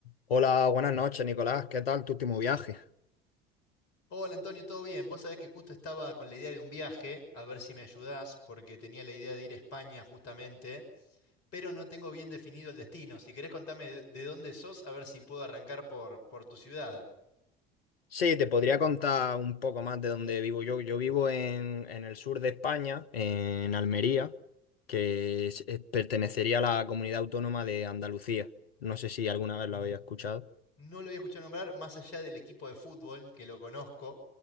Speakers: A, on the left; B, on the left.
A: Hola, buenas noches, Nicolás. ¿Qué tal tu último viaje?
B: Hola Antonio, ¿todo bien? Vos sabés que justo estaba con la idea de un viaje, a ver si me ayudás, porque tenía la idea de ir a España justamente, pero no tengo bien definido el destino. Si querés contame de de dónde sos, a ver si puedo arrancar por, por tu ciudad.
A: Sí, te podría contar un poco más de dónde vivo yo. Yo vivo en, en el sur de España, en Almería, que es- es- pertenecería a la comunidad autónoma de Andalucía. No sé si alguna vez lo había escuchado.
B: No lo había escuchado nombrar más allá del equipo de fútbol, que lo conozco.